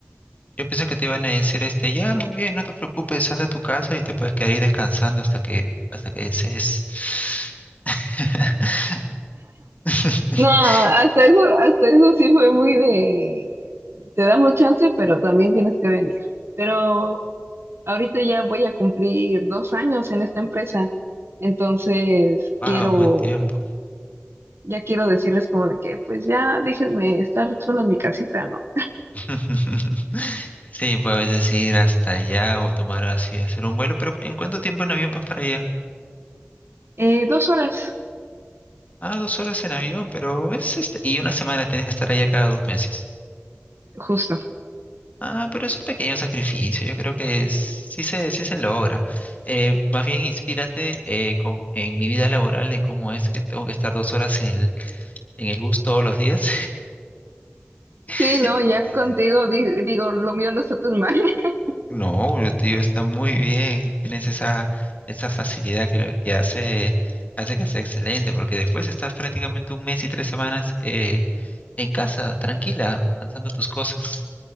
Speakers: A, on the left; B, on the right.
A: Yo pensé que te iban a decir este, ya, muy bien, no te preocupes, anda a tu casa y te puedes quedar ahí descansando hasta que, hasta que desees. <laughs> <laughs>
B: no, hasta eso, hasta eso sí fue muy de, te damos chance, pero también tienes que venir. Pero Ahorita ya voy a cumplir dos años en esta empresa, entonces
A: Wow,
B: quiero,
A: buen tiempo.
B: ya quiero decirles como de que, pues ya déjenme estar solo en mi casita, ¿no?
A: <laughs> Sí, pues a veces ir hasta allá o tomar así, hacer un vuelo, pero ¿en cuánto tiempo en avión vas para allá?
B: Eh, dos horas,
A: Ah, dos horas en avión, pero es este, y una semana tienes que estar allá cada dos meses.
B: justo.
A: Ah, pero es un pequeño sacrificio, yo creo que es- sí se, sí se logra. Eh, más bien inspírate eh, con- en mi vida laboral de cómo es que tengo que estar dos horas en el, en el bus todos los días.
B: Sí,
A: <laughs>
B: no, ya contigo di- digo, lo mío no está tan mal. <laughs>
A: No, el tío está muy bien. Tienes esa, esa facilidad que, lo- que hace, hace que sea excelente, porque después estás prácticamente un mes y tres semanas eh, en casa, tranquila, lanzando tus cosas.